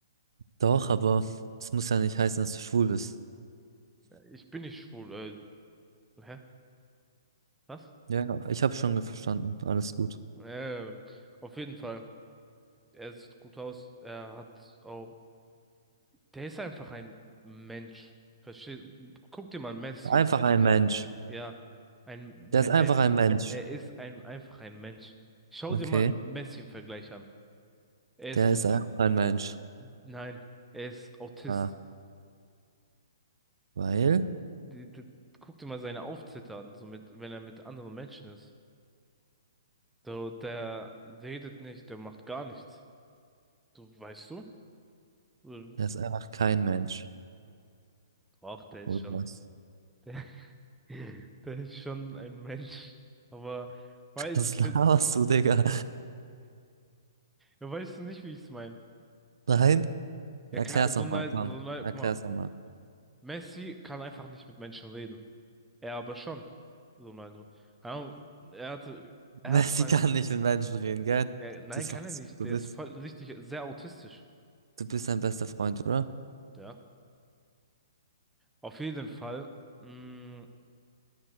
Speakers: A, on the right; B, in the centre.
A: doch, aber das muss ja nicht heißen, dass du schwul bist.
B: Ja, Ich bin nicht schwul. Äh, hä? Was?
A: Ja, ich habe schon verstanden. Alles gut.
B: Äh, auf jeden Fall. Er sieht gut aus. Er hat auch. Der ist einfach ein Mensch. Versteh? Guck dir mal Messi
A: Einfach
B: im Vergleich
A: ein Mensch.
B: an. Ja, ein
A: Der ist einfach
B: Mensch.
A: ein Mensch.
B: Er ist ein, einfach ein Mensch. Schau
A: Okay,
B: dir mal Messi im Vergleich an. Er ist.
A: der
B: au-
A: ist einfach ein Mensch.
B: Nein, er ist Autist.
A: Ah, weil
B: die, die, guck dir mal seine Aufzitter an, so mit, wenn er mit anderen Menschen ist. So, der redet nicht, der macht gar nichts. So, weißt du? So,
A: der ist einfach kein Mensch.
B: Ach, der ist
A: Oder
B: schon,
A: was?
B: der, <laughs> der ist schon ein Mensch. Aber, weil,
A: <laughs> Das
B: <laughs>
A: laberst du, Digga.
B: ja, weißt du nicht, wie ich es meine?
A: Nein?
B: Er
A: Erklär's
B: kann,
A: nochmal,
B: Ronaldo,
A: komm.
B: Ronaldo,
A: Erklär's
B: guck mal,
A: nochmal.
B: Messi kann einfach nicht mit Menschen reden. Er aber schon. Ronaldo. Keine Ahnung, Er hatte,
A: <laughs>
B: er
A: Messi
B: hatte mal,
A: kann nicht mit Menschen reden, gell?
B: er, nein,
A: Das
B: kann
A: weißt
B: er nicht.
A: du.
B: Der
A: Du bist,
B: ist voll, richtig, sehr autistisch.
A: du bist sein bester Freund, oder?
B: Ja. Auf jeden Fall. Mh,